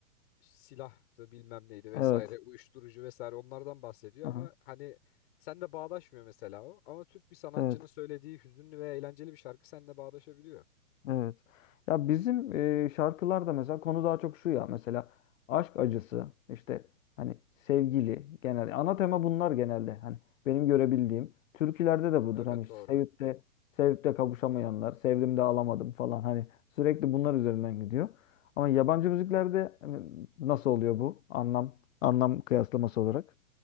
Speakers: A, on the left; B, on the left.
A: silahtı bilmem neydi vesaire
B: Evet.
A: uyuşturucu vesaire onlardan bahsediyor
B: Aha.
A: ama hani sen de bağdaşmıyor mesela o. Ama Türk bir sanatçının
B: Evet.
A: söylediği hüzünlü ve eğlenceli bir şarkı seninle bağdaşabiliyor.
B: Evet. Ya bizim e, şarkılarda mesela konu daha çok şu ya mesela aşk acısı işte hani sevgili genel ana tema bunlar genelde hani benim görebildiğim türkülerde de budur
A: Evet
B: hani işte
A: doğru.
B: sevip de sevip de kavuşamayanlar sevdim de alamadım falan hani sürekli bunlar üzerinden gidiyor. Ama yabancı müziklerde hani, nasıl oluyor bu anlam anlam kıyaslaması olarak?